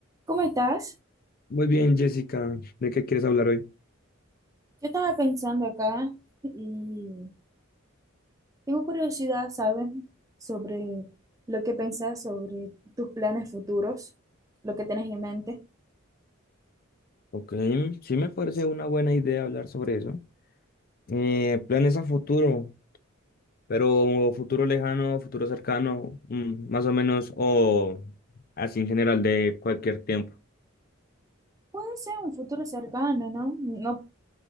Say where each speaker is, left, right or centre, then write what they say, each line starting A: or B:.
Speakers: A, on the right; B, on the left.
A: ¿Cómo estás?
B: Muy bien, Jessica, ¿de qué quieres hablar hoy?
A: Yo estaba pensando acá y tengo curiosidad, ¿saben? Sobre lo que pensás sobre tus planes futuros, lo que tenés en mente.
B: Ok, sí me parece una buena idea hablar sobre eso. Eh, planes a futuro, pero futuro lejano, futuro cercano, mm, más o menos, o así en general de cualquier tiempo.
A: Puede ser un futuro cercano, ¿no? No,